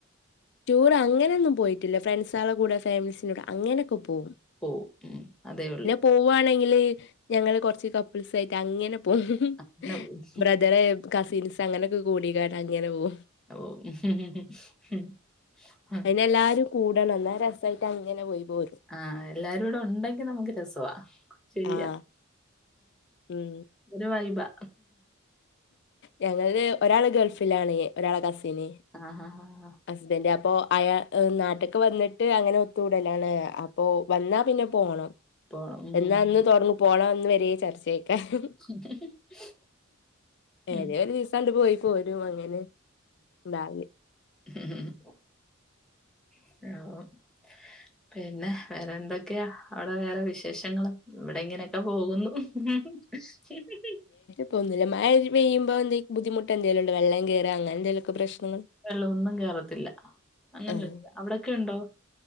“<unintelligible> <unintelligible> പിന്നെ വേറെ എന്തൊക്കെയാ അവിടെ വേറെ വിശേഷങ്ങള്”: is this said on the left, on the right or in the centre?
Centre